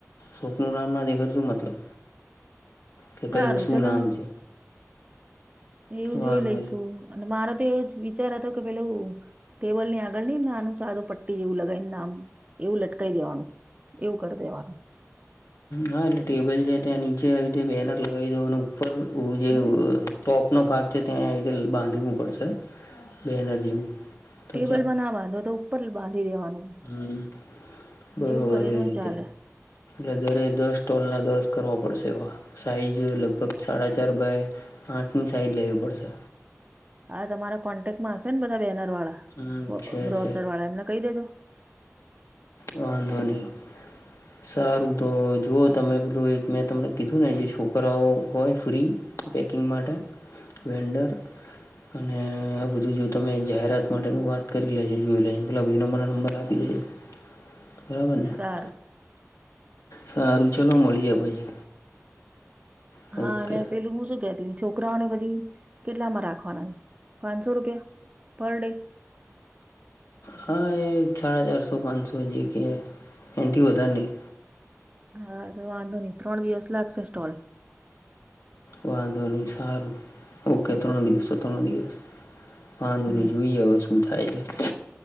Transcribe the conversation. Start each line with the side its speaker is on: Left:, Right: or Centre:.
Left: શોપનું નામ ના દેખા શું મતલબ. કે
Right: સારું
Left: કયું શું
Right: ચલો
Left: નામ
Right: ને
Left: છે.
Right: એવું જોઈ
Left: વાંધો
Right: લઈશું અને મારા તો એવો જ વિચાર હતો કે પેલું. ટેબલ ની આગળ લઈને નાનું સારું પટ્ટી જેવું લગાવી ને નામ એવું લટકાવી દેવાનું. એવું કરી દેવાનું.
Left: હા એટલે ટેબલ છે ત્યાં નીચે આવી રી બેનર લગાવી દોનું. <unintelligible>
Right: હમ
Left: ટપનો ભાગ છે ત્યાં આવી રીતે બાંધવું પડશે બે હજાર જેવું. તો
Right: ટેબલમાં ના બાંધો તો ઉપર બાંધી દેવાનું.
Left: હમ્મ, બરોબર
Right: એવું કરીએ
Left: એ
Right: તોય
Left: રીતે.
Right: ચાલે
Left: બ્રધરે દસ સ્ટોલના દસ કરવા પડશે એમાં, સાઇઝ લગભગ સાડા ચાર બાય આઠની સાઈડ લેવી પડશે.
Right: હા તમારા કોન્ટેકમાં હશે ને બધા બેનર વાળા
Left: હમ છે
Right: ગ્રોસર
Left: છે
Right: વાળા એમને કહી દેજો.
Left: વાંધો ની. સારું તો જુઓ તમે પેલું એક મેં તમને કીધું ને જે છોકરાઓ હોય ફ્રી પેકિંગ માટે વેન્ડર અને આ બધું જો તમે જાહેરાત માટેનું વાત કરી લેજો જોઈ લેજો મેલા ભાઈનો મને નંબર આપી લેજો. <unintelligible>
Right: સારું
Left: સારું ચલો મળીએ પછી. હ
Right: હા
Left: ઓકે
Right: અને પેલું હું છે કેતી છોકરાઓને પછી કેટલામાં રાખવાના છે, પાંચસો રૂપિયા પર ડે?
Left: હા એ સાડા ચારસો પાંચસો જે કે એનાથી વધારે નહીં.
Right: હા તો વાંધો નહી ત્રણ દિવસ લાગશે સ્ટોલ.
Left: વાંધો નહી સારું ઓકે ત્રણ દિવસ તો ત્રણ દિવસ. વાંધો
Right: હમ
Left: નું જોઈએ શું થાય છે.